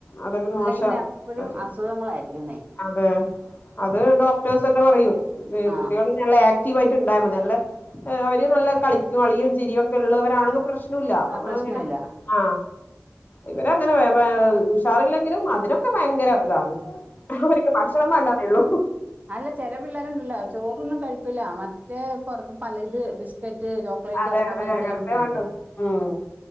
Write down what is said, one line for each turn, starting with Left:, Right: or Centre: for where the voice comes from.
Left: അതെല്ലാം
Right: അല്ലെങ്കി
Left: മോശ
Right: പിന്നെ എപ്പഴും
Left: അത്
Right: അസുഖങ്ങളായിരിക്കുന്നേ
Left: അതെ അത് ഡോക്ടേഴസെന്നെ പറയും ഏ
Right: ആഹ്
Left: കുട്ടികള് ള്ളേ ആക്റ്റീവായ്റ്റ് ണ്ടായാമതി നല്ല അവര് നല്ലകളിക്കും കളിയും ചിരിയൊക്കെള്ളവരാണെങ്ക് പ്രശ്നുല്ല നമ്മള്
Right: ആഹ് പ്രശ്നമില്ല
Left: ങ്ങനെ ആ ഇവരങ്ങനെ വെ വെ ഉഷാറില്ലെങ്കിലും അതിനൊക്കെ ഭയങ്കര താന്ന് അവര്ക്ക് ഭക്ഷണം വേണ്ടാന്നേള്ളു
Right: അല്ല ചെല പിള്ളേരുണ്ടല്ലോ ചോറൊന്നും കഴിക്കൂല മറ്റേ പൊർത് പലത് ബിസ് ക്കറ്റ്, ചോക്ലേറ്റ്,
Left: അതെ
Right: അതൊക്കെമതി
Left: അതെ അങ്ങനത്തെ
Right: ചെല കുട്ടിയേക്ക്
Left: വേണ്ടു ഉം